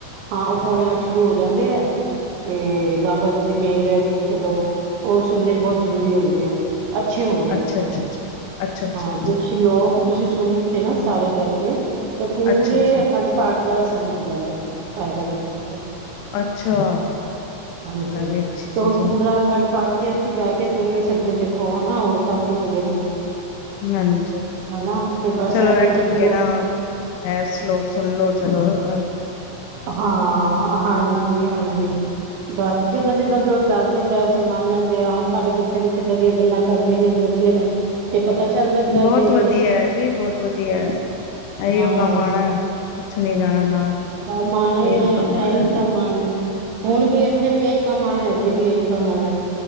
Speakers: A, on the right; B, on the left.
A: ਹਾਂ ਉਹ ਪੋਣੇ ਅੱਠ ਸ਼ੁਰੂ ਹੋ ਜਾਂਦੇ ਹੈ ਤੇ। ਬਾਬਾ ਜੀ ਦੀ ਮੇਹਰ ਹੈ ਕਿ ਚਲੋ ਉਹ ਸੁਣਨੇ ਬਹੁਤ ਜ਼ਰੂਰੀ ਹੁੰਦੇ ਹੈ। ਅੱਛੇ ਹੁੰਦੇ ਆ
B: ਅੱਛਾ-ਅੱਛਾ-ਅੱਛਾ
A: ਮਤਲਬ
B: ਅੱਛਾ-ਅੱਛਾ-ਅੱਛਾ
A: ਹਾਂ ਤੇ ਅਸੀਂ ਲੋਕ। ਤੁਸੀਂ ਸੁਣ ਲਿੱਤੇ ਨਾ ਸਾਰੇ ਬਹਿ ਕੇ ਤੇ ਪੂਰੇ
B: ਅੱਛਾ-ਅੱਛਾ,
A: ਅਖੰਡ ਪਾਠ ਦਾ। ਮਿਲ ਜਾਂਦਾ ਫਾਇਦਾ ਮਿਲ ਜਾਂਦਾ ਹੈ।
B: ਅੱਛਾ।
A: ਹਾਂਜੀ
B: ਐ ਵੀ
A: ਤੇ
B: ਅੱਛੀ ਚੀਜ਼
A: ਹੁਣ ਪੂਰਾ
B: ਐ,
A: ਅਖੰਡ ਪਾਠ ਤੇ ਅਸੀਂ ਬਹਿ ਕੇ ਸੁਣ ਨਹੀਂ। ਸਕਦੇ ਦੇਖੋ ਹਨਾ। ਹੋਰ ਕੰਮ ਵੀ ਹੁੰਦੇ ਨੇ।
B: ਹਾਂਜੀ
A: ਹਨਾ ਤੇ ਬਸ
B: ਚਲੋ
A: ਐਵੇ
B: ਇਹ ਠੀਕ
A: ਕਿ ਚਲੋ
B: ਹੈ ਨਾ ਐ ਸਲੋਕ ਸੁਣਲੋ। ਚਲੋ ਅਹ।
A: ਹਾਂ ਹਾਂਜੀ ਹਾਂਜੀ ਬਸ। ਜਿੱਦਾਂ ਜਿੱਦਾਂ ਜੋ ਦੱਸ ਦਿੰਦਾ ਅਸੀਂ ਮੰਨ ਲੈਂਦੇ ਹਾਂ ਹੁਣ ਸਾਡੇ ਜਿੱਥੇ ਵੀ ਇੱਦਾਂ ਦੀਆਂ ਗੱਲਾਂ ਕਰਦੇ ਨੇ ਦੱਸਦੇ ਨੇ ਤੇ। ਪਤਾ ਚੱਲ ਜਾਂਦਾ
B: ਬਹੁਤ
A: ਅੱਗੇ ਅੱਗੇ
B: ਵਧੀਆ ਜੀ ਬਹੁਤ ਵਧੀਆ ਹੈ। ਇਹੀ
A: ਹਾਂ
B: ਉਹ ਕੰਮ ਆਉਣਾ ਕੁਛ ਨੀ ਜਾਣਾ ਨਾਲ।
A: ਕਮਾਉਣਾ ਹੀ
B: ਏਈਓ
A: ਹੈ
B: ਕੰਮ ਆਣਾ
A: ਇਹੀ ਕਮਾਉਣਾ ਹੁਣ। ਹੁਣ ਵੀ ਇੱਥੇ ਵੀ ਇਹੀ ਕੰਮ ਆਉਣਾ ਅੱਗੇ ਵੀ ਇਹੀ ਕੰਮ ਆਉਣਾ ਹੈ।